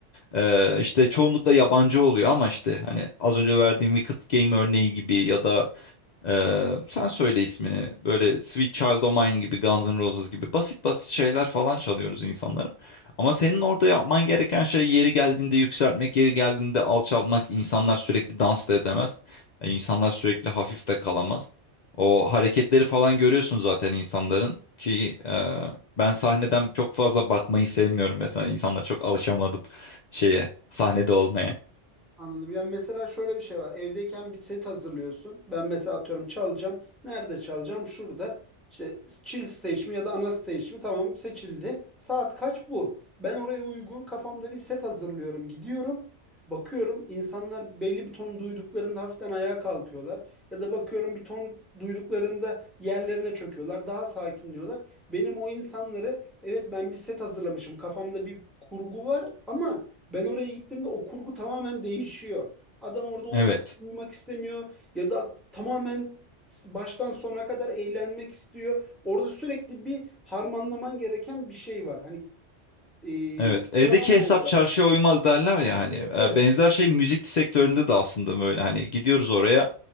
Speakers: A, on the left; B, in the centre.
A: Ee, işte çoğunlukla yabancı oluyor ama işte hani az önce verdiğim Wicked Game örneği gibi ya da ee, sen söyle ismini. Böyle Sweet Child O' Mine gibi, Guns N' Roses gibi basit basit şeyler falan çalıyoruz insanlara. Ama senin orada yapman gereken şey yeri geldiğinde yükseltmek, yeri geldiğinde alçaltmak. İnsanlar sürekli dans da edemez. Yani insanlar sürekli hafif de kalamaz. O hareketleri falan görüyorsun zaten insanların ki e, ben sahneden çok fazla bakmayı sevmiyorum. Mesela insanlar çok alışamadım şeye, sahnede olmaya.
B: Anladım. Ya mesela şöyle bir şey var. Evdeyken bir set hazırlıyorsun. Ben mesela atıyorum çalacağım. Nerede çalacağım? Şurada. İşte chill stage mi ya da ana stage mi? Tamam seçildi. Saat kaç bu? Ben oraya uygun kafamda bir set hazırlıyorum. Gidiyorum. Bakıyorum insanlar belli bir ton duyduklarında hafiften ayağa kalkıyorlar. Ya da bakıyorum bir ton duyduklarında yerlerine çöküyorlar. Daha sakinliyorlar. Benim o insanları evet ben bir set hazırlamışım. Kafamda bir kurgu var ama ben oraya gittiğimde o kurgu tamamen değişiyor. Adam orada o
A: Evet.
B: sesi duymak istemiyor ya da tamamen baştan sona kadar eğlenmek istiyor. Orada sürekli bir harmanlaman gereken bir şey var. Hani e,
A: Evet, evdeki
B: devamlı
A: hesap
B: olarak.
A: çarşıya uymaz derler ya hani
B: Evet,
A: E,
B: evet.
A: benzer şey müzik sektöründe de aslında böyle hani gidiyoruz oraya